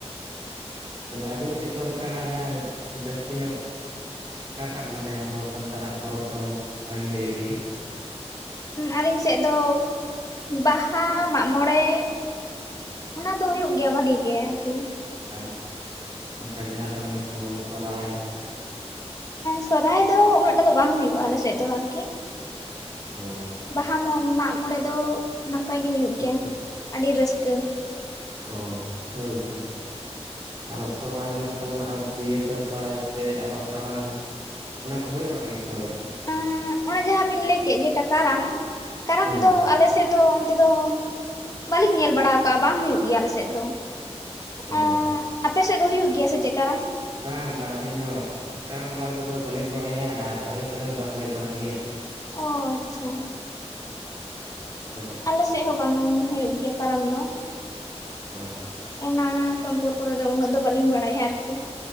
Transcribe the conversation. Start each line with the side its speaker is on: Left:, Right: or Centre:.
Right: ᱛᱟᱦᱞᱮ ᱟᱹᱵᱤᱱ ᱥᱮᱫ ᱫᱚ ᱚᱱᱠᱟ ᱡᱟᱹᱥᱛᱤ ᱧᱚᱜ ᱟᱠᱟᱴᱟᱜ ᱢᱟᱱᱮ ᱟᱵᱚ ᱥᱟᱱᱛᱟᱲᱟᱜ ᱯᱚᱨᱚᱵᱽ ᱫᱚ ᱵᱷᱟᱜᱮ ᱦᱳᱭᱳᱜ ᱜᱮᱭᱟ?
Left: ᱟᱹᱞᱤᱧ ᱥᱮᱫ ᱫᱚ ᱵᱟᱦᱟ, ᱢᱟᱜ ᱢᱚᱬᱮ᱾ ᱚᱱᱟ ᱫᱚ ᱦᱳᱭᱳᱜ ᱜᱮᱭᱟ ᱵᱷᱟᱜᱤ ᱜᱮ ᱟᱨᱠᱤ᱾
Right: ᱟᱨ ᱚᱝᱠᱟ ᱡᱟᱦᱟᱸ ᱫᱚ ᱢᱮᱱᱟᱜ ᱛᱟᱵᱚᱱ ᱥᱚᱨᱟᱭ᱾
Left: ᱥᱚᱨᱦᱟᱭ ᱫᱚ ᱩᱱᱟᱹᱜ ᱴᱟ ᱫᱚ ᱵᱟᱝ ᱦᱩᱭᱩᱜᱼᱟ ᱟᱞᱮᱥᱮᱫ ᱫᱚ ᱟᱨᱠᱤ᱾
Right: ᱚ
Left: ᱵᱟᱦᱟ ᱢᱟᱜ ᱢᱚᱬᱮ ᱫᱚ ᱱᱟᱯᱟᱭ ᱜᱮ ᱦᱩᱭᱩᱜ
Right: ᱟᱪᱪᱷᱟ
Left: ᱜᱮᱭᱟ
Right: ᱟᱪᱪᱷᱟ
Left: ᱟᱹᱰᱤ ᱨᱟᱹᱥᱠᱟᱹ
Right: ᱚ ᱦᱳᱭ ᱦᱳᱭ ᱟᱨᱚ ᱥᱚᱨᱦᱟᱭ ᱢᱮᱱᱟᱜ ᱛᱟᱵᱚᱱᱟ ᱟᱨ ᱫᱤᱭᱮ ᱫᱟᱸᱥᱟᱭ ᱥᱮ ᱟᱨᱚ ᱠᱟᱨᱟᱢ ᱚᱱᱟ ᱠᱚ ᱦᱚᱭ ᱵᱟᱲᱟᱜ ᱜᱮᱭᱟ ᱥᱮᱼᱼ
Left: ᱩ ᱚᱱᱮ ᱡᱟᱦᱟᱸ ᱵᱤᱱ ᱞᱟᱹᱭ ᱠᱮᱫ ᱡᱮᱴᱟ ᱠᱟᱨᱟᱢ, ᱠᱟᱨᱟᱢ
Right: ᱦᱳᱭ
Left: ᱫᱚ ᱟᱞᱮᱥᱮᱫ ᱫᱚ ᱛᱮᱫᱚᱝ ᱵᱟᱹᱞᱤᱧ ᱧᱮᱞ ᱵᱟᱲᱟ ᱠᱟᱜᱼᱟ ᱵᱟᱝ ᱦᱩᱭᱩᱜ ᱜᱮᱭᱟ ᱟᱞᱮ ᱥᱮᱫ ᱫᱚ᱾
Right: ᱚ
Left: ᱟᱸ ᱟᱯᱮ ᱥᱮᱫ ᱫᱚ ᱦᱩᱭᱩᱜ ᱜᱮᱭᱟ ᱥᱮ ᱪᱮᱫ ᱠᱟᱨᱟᱢ?
Right: ᱵᱟ ᱵᱟ ᱟᱹᱞᱤᱧ ᱦᱚᱸ ᱠᱟᱨᱟᱢ ᱵᱟᱨᱮ ᱛᱮᱫᱚ ᱵᱟᱹᱞᱤᱧ ᱵᱟᱲᱟᱭᱟ, ᱟᱨ ᱟᱞᱮ ᱥᱮᱫ ᱦᱚᱸ ᱵᱟᱝ ᱦᱳᱭ ᱵᱟᱲᱟᱜ ᱜᱮᱭᱟ᱾
Left: ᱚ ᱟᱪᱪᱷᱟ
Right: ᱟᱫᱚ
Left: ᱟᱞᱮᱥᱮᱫ ᱦᱚᱸ ᱵᱟᱝ ᱦᱩᱭᱩᱜ ᱜᱮᱭᱟ ᱠᱟᱨᱟᱢ ᱫᱚ᱾
Right: ᱚ
Left: ᱚᱱᱟ ᱥᱚᱢᱯᱚᱨᱠᱚ ᱛᱮᱫᱚ ᱩᱱᱟᱹᱜ ᱫᱚ ᱵᱟᱟᱹᱞᱤᱧ ᱵᱟᱲᱟᱭᱟ ᱟᱨᱠᱤ